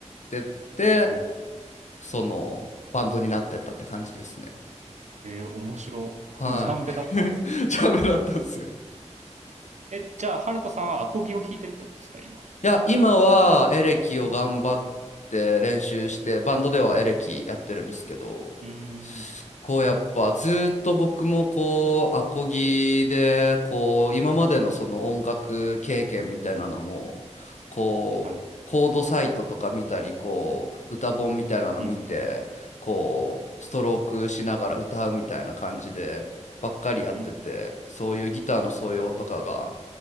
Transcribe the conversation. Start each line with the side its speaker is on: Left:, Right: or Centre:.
Left: てって、
Right: うん。
Left: その、バンドになってったって感じですね。
Right: えー、面白。<laughs>
Left: はい。
Right: ジャンベだったんですね。
Left: <laughs> ジャンベだったんですよ。
Right: え、じゃあ、ハルトさんはアコギを弾いてるってことですか今。
Left: いや、今はエレキを頑張って練習して、バンドではエレキやってるんですけど、
Right: うーん。
Left: こうやっぱずっと僕もこうアコギでこう今までのその音楽経験みたいなのもこうコードサイトとか見たりこう歌本みたいなの見てこうストロークしながら歌うみたいな感じでばっかりやっててそういうギターの素養とかが
Right: はい。うんうんうん。うんうん。